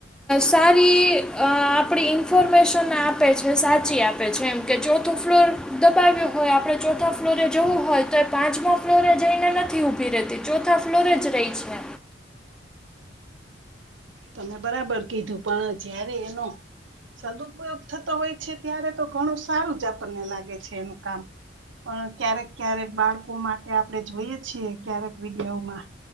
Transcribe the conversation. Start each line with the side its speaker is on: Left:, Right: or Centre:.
Centre: સારી આપણી ઇન્ફોર્મેશન આપે છે સાચી આપે છે એમ કે જો. ચોથો ફ્લોર દબાવ્યો હોય આપણે ચોથા ફ્લોરે જવું હોય તો એ પ પાચમાં ફ્લોરે જઈને નથી ઉભી રતી ચોથા ફ્લોરે જ રહી છે
Right: તમે બરાબર કીધું પણ જયારે એનો. સદુપયોગ થતો હોય છે ત્યારે તો ઘણું સારું જ આપણને લાગે છે એનું કામ પણ ક્યારેક ક્યારેક બાળકો માટે આપણે જોઈએ છીએ ક્યારેક વિડિયાઓમાં